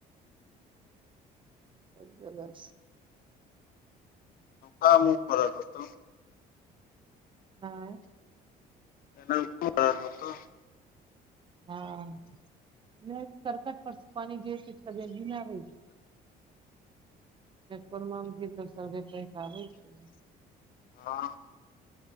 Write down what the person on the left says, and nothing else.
काम उम परल होतेन
<unintelligible>
हाँ